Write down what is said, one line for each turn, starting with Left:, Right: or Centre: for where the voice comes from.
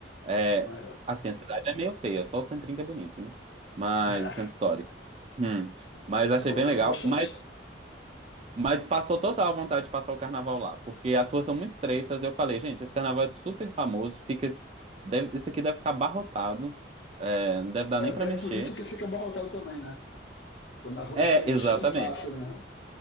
Right: É,
Left: Mas,
Right: assim, a cidade é meio feia, só o centrinho que é bonito, né? Mas
Left: <laughs>
Right: o centro histórico. Hum. Mas achei
Left: acontece
Right: bem legal.
Left: bastante.
Right: Mas, mas passou total a vontade de passar o carnaval lá, porque as ruas são muito estreitas. Eu falei, gente, esse carnaval é super famoso, fica, deve, isso aqui deve ficar abarrotado, é, não deve dar
Left: Vai
Right: nem para
Left: ver,
Right: mexer.
Left: é por isso que fica abarrotado também, né? Quando na rua
Right: É,
Left: estreitinha
Right: exatamente.
Left: é fácil, né?